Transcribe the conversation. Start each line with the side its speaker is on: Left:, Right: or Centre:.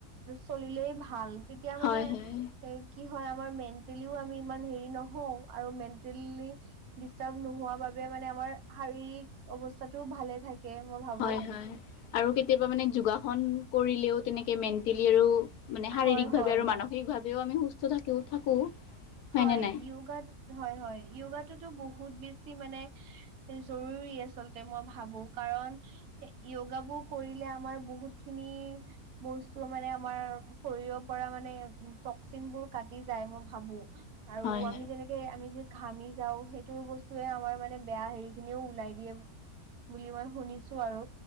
Right: চলিলেই ভাল তেতিয়া মানে
Left: হয় হয়
Right: এই- কি হয় আমাৰ মেণ্টেলিও আমি ইমান হেৰি নহওঁ আৰু মেণ্টেলি- ডিষ্টাৰ্ব নোহোৱা বাবে মানে আমাৰ শাৰীৰিক অৱস্থাটোও ভালে থাকে। কে মই ভাবো।
Left: হয়ঁ হয়ঁ আৰু কেতিয়াবা মানে যোগাসন কৰিলেও তেনেকে মেণ্টেলি আৰু- মানে শাৰীৰিক
Right: হয়
Left: ভাৱে
Right: হয়
Left: আৰু মানসিকভাৱেও আমি সুস্থ থাকি থাকো। হয়নে
Right: হয়
Left: নাই
Right: য়োগাত হয়ঁ হয়ঁ য়োগাটোতো বহুত বেছি মানে- জৰুৰী আচলতে মই ভাবো কাৰণ য়োগাবোৰ কৰিলে আমাৰ বহুত খিনি- বস্তু মানে আমাৰ শৰীৰৰ পৰা মানে টক্সিন বোৰ কাটি যায় মই ভাবো। আৰু
Left: হয়
Right: আমি যেনেকে আমি যে। ঘামি যাওঁ সেইটো বস্তুয়ে আমাৰ মানে বেয়া হেৰি খিনিও ওলাই দিয়ে। বুলি মই শুনিছোঁ আৰু